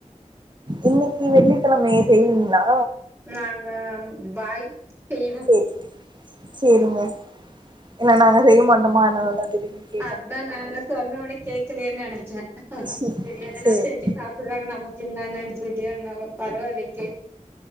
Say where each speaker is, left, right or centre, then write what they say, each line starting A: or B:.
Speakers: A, on the right; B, on the right.
A: இன்னைக்கி வெள்ளிக்கிழமையே செய்வீங்களா
B: நாங்க பாய் செய்வ
A: சேரி சேரிங்க இல்ல நாங்க செய்ய மாட்டோமா அதனாலதா திடீர்னு கே
B: அதான் நான் சொன்னோன்னே கேக்லேன்னு நினைச்சே
A: நானு
B: சரி எதனா
A: சேரி
B: செஞ்சு சாப்டுறாங்க நமக் கு என்ன நெனச்சுகிட்டயே என்னவோ பரவாயில்லையே கேட்